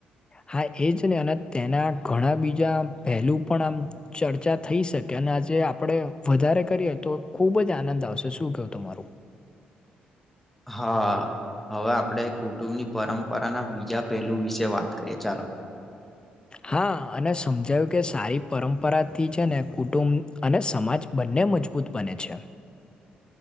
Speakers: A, on the left (about 20°); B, in the centre.
A: હા એ જ ને અને તેના ઘણા બીજા પહેલું પણ આમ ચર્ચા થઈ શકે અને આજે આપણે વધારે કરીએ તો ખુબ જ આનંદ આવશે શું કેવું તમારું?
B: હા હવે આપડે કુટુંબની પરંપરાના બીજા પહેલું વિશે વાત કરીએ ચાલો.
A: હા અને સમજાયું કે સારી પરંપરાથી છે ને કુટુંબ અને સમાજ બંને મજબૂત બને છે.